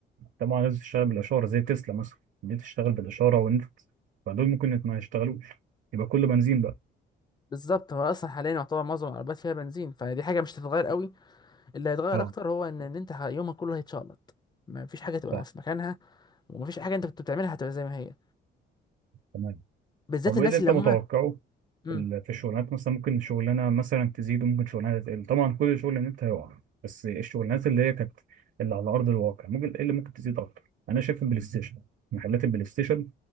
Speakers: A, on the right; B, on the left.
A: طبعا لازم تشتغل بالاشاره زي تسلا مثلا دي تشتغل بالاشاره والنت فدول ممكن ما يشتغلوش يبقى كله بنزين بقى
B: بالظبط هو اصلا حاليا يعتبر معظم العربيات فيها بنزين فدي حاجه مش هتتغير قوي اللي هيتغير
A: اه
B: اكتر هو ان ان انت ه- يومك كله هيتشقلط ما فيش حاجه تبقى
A: صح
B: في مكانها وما فيش حاجه انت كنت بتعملها هتبقى زي ما هي
A: تمام
B: بالذات
A: طب
B: الناس
A: ايه اللي انت
B: اللي
A: متوقعه
B: هم امم
A: ال- في الشغلانات مثلا ممكن شغلانه مثلا تزيد وممكن شغلانه تقل طبعا كل شغل ان انت هيقع بس الشغلانات اللي هي كانت اللي على ارض الواقع ممكن ايه اللي ممكن تزيد اكتر انا شايف البلاي ستيشن محلات البلاي ستيشن